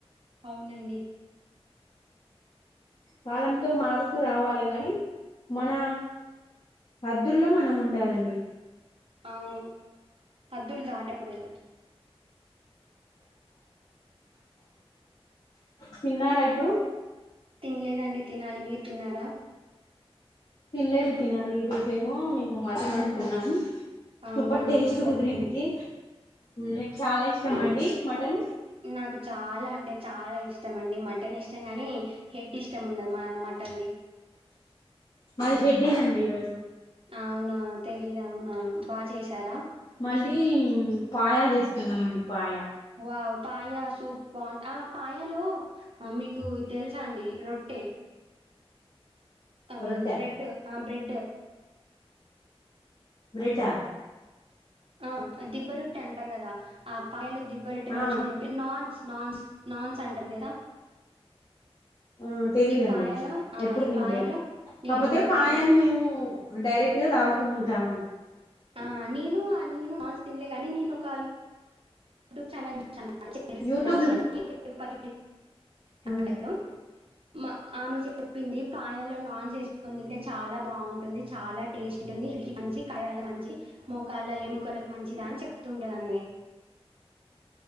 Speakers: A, on the right (about 65°); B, on the left (about 55°).
A: అవునండి
B: కాలంతో మారుతూ రావాలి గాని మన హద్దుల్లో మనం ఉండాలండి
A: అవును హాద్దులు దాటకూడదు
B: తిన్నారా ఇప్పుడు
A: తినలేదండి తినాలి మీరు తిన్నారా
B: తినలేదు తినాలి ఈ రోజేమో మేము మటన్ వండుకున్నాం
A: అవునా
B: సూపర్ టేస్ట్
A: మటన్
B: కుదిరింది మీకు చాలా ఇష్టం అండి మటన్
A: నాకు చాలా అంటే చాలా ఇష్టం అండి మటన్ ఇష్టం కానీ హెడ్ ఇష్టం ఉండదు మ మటన్ది
B: మాది హెడ్డేనండి ఈరోజు
A: అవునా తెలీదు అవునా బా చేసారా
B: మళ్ళీ పాయా చేసుకుంన్నాంమండి పాయా
A: వావ్ పాయా సూప్ బాగు ఆ పాయాలో ఆ మిక్ కు తెల్సా అండి రొట్టె ఐ మీన్
B: రొట్టె
A: బ్రెడ్ ఆ బ్రెడ్
B: బ్రెడ్డా
A: ఆ దిబ్బ రొట్టె అంటారు కదా ఆ పాయలో దిబ్బరట్టే
B: ఆ
A: ముంచుకొని తింటే నాన్స్ నాన్స్ నాన్స్ అంటారు తెల్సా
B: అ తెలియదండి
A: పాయలో ఆ
B: ఎప్పుడు
A: ఈ
B: తిన్లే
A: పాయలో నేను
B: కాకపోతే
A: తినలే
B: పాయాన్ని
A: గాని
B: మేము డైరెక్ట్ తాగుతూ ఉంటామండి.
A: ఆ నేను నేనున్స్ తిన్లే గాని నేను ఒక యూట్యూబ్ ఛానల్
B: యూట్యూబ్
A: చూాక్షి అనిరు ప
B: లో
A: అడు! మా ఆమె చెప్పింది పాయాల్లో నాన్స్ వేసుకని తింటే చాలా బాగుంటుంది చాలా టేస్ట్ ఉంటుంది హ మంచి కళ్ల మంచి మోకాలు ఏముకలకు మంచిది అని చెప్తుంటాదండి